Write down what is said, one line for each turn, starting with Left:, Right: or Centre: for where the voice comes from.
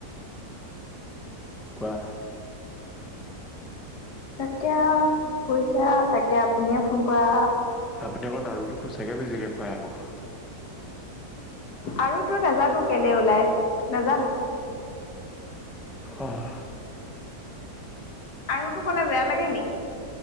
Centre: কোৱা।
Left: তাকে কি কৰিছা তাকে আপুনিয়ে ফোন কৰা।
Centre: আপুনি অকন আৰু টো সচাকে বেছিকে। কোৱা আৰু।
Left: আৰু তো নাজানো কেলে ওলাই নাজানো।
Centre: অঁ।
Left: আৰু তো ক'লে বেয়া লাগে নেকি।